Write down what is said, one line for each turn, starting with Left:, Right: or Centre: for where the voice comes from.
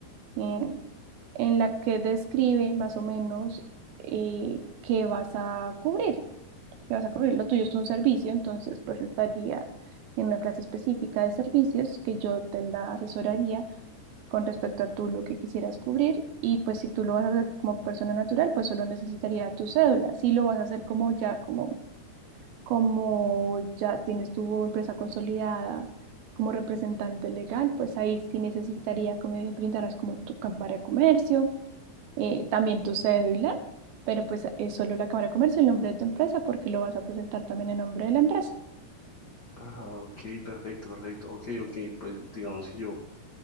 Right: eh, en la que describen más o menos eh, qué vas a cubrir que vas a cubrir. Lo tuyo es un servicio, entonces pues estaría en una clase específica de servicios que yo te la asesoraría con respecto a tú lo que quisieras cubrir y pues si tú lo vas a hacer como persona natural, pues solo necesitaría tu cédula. Si lo vas a hacer como ya, como, como ya tienes tu empresa consolidada como representante legal, pues ahí sí necesitaría que me brindaras como tu cámara de comercio eh, también tu cédula, pero pues es solo la cámara de comercio, el nombre de tu empresa, porque lo vas a presentar también en nombre de la empresa.
Left: Ah, ok, perfecto, perfecto. Ok, ok, pues digamos que yo